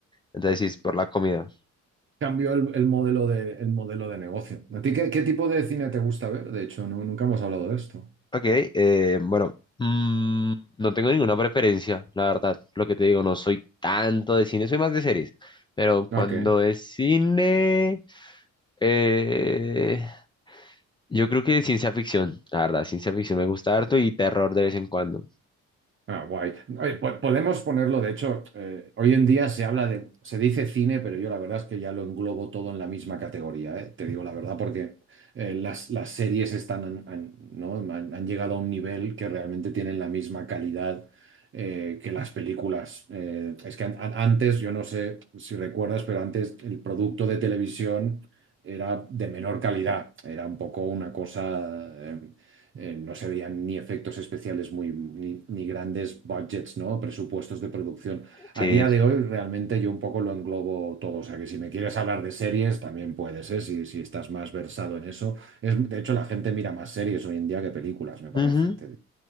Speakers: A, on the left; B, on the right.
A: Entonces sí, es por la comida.
B: Cambió el, el modelo de, el modelo de negocio. ¿A ti qué, qué tipo de cine te gusta ver? De hecho, no- nunca hemos hablado de esto.
A: Ok, eh, bueno, mm, no tengo ninguna preferencia, la verdad. Lo que te digo, no soy tanto de cine, soy más de series. Pero cuando
B: Ok.
A: es cine, eh, yo creo que de ciencia ficción, la verdad, ciencia ficción me gusta harto y terror de vez en cuando.
B: Ah, guay. Oye, po- podemos ponerlo, de hecho, eh, hoy en día se habla de, se dice cine, pero yo la verdad es que ya lo englobo todo en la misma categoría, ¿eh? Te digo la verdad, porque eh, las, las series están, han, han- ¿no? han- han llegado a un nivel que realmente tienen la misma calidad eh, que las películas. Eh, es que an- an- antes, yo no sé si recuerdas, pero antes el producto de televisión era de menor calidad, era un poco una cosa eh, eh, no se veían ni efectos especiales muy, ni, ni grandes budgets, ¿no? Presupuestos de producción.
A: Sí.
B: A día de hoy realmente yo un poco lo englobo todo. O sea que si me quieres hablar de series, también puedes, ¿eh? Si, si estás más versado en eso. Es, de hecho, la gente mira más series hoy en día que películas, me parece.
A: Ujú.
B: Te-